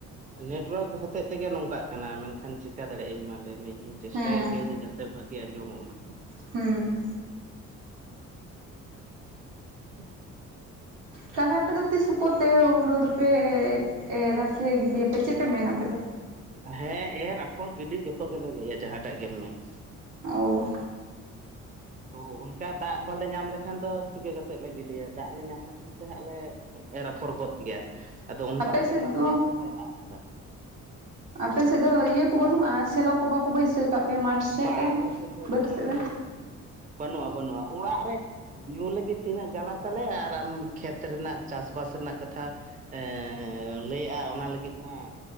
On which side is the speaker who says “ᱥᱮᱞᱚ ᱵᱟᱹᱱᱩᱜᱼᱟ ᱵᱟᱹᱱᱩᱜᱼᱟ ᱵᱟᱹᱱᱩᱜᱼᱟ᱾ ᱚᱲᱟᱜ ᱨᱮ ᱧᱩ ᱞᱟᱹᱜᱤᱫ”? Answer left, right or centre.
Right